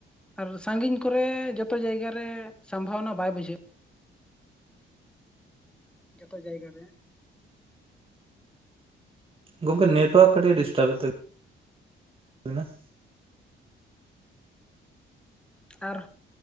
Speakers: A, in the centre; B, on the right.
A: ᱟᱨ ᱥᱟᱺᱜᱤᱧ ᱠᱚᱨᱮ ᱡᱚᱛᱚ ᱡᱟᱭᱜᱟ ᱨᱮ ᱥᱚᱢᱵᱷᱟᱵᱚᱱᱟ ᱵᱟᱭ ᱵᱩᱡᱷᱟᱹᱜᱼᱟ᱾ ᱡᱚᱛᱚ ᱡᱟᱭᱜᱟ ᱨᱮ
B: ᱜᱚᱝᱠᱮ ᱱᱮᱴᱣᱳᱠ ᱠᱟᱴᱤᱡ ᱮ ᱰᱤᱥᱴᱟᱵᱽ ᱮᱛ ᱛᱟᱵᱤᱱᱟ᱾ <unintelligible>
A: ᱟᱨ